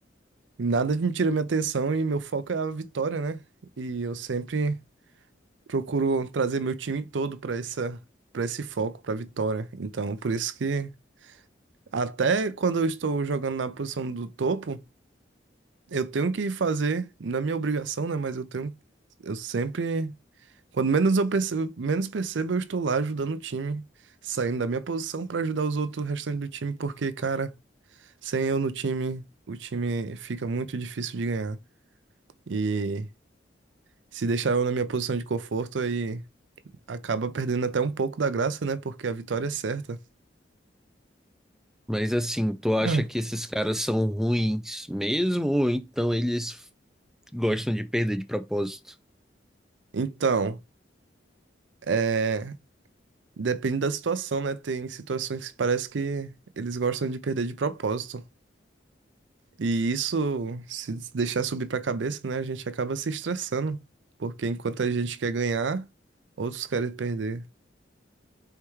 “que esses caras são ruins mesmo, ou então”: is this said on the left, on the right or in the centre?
Centre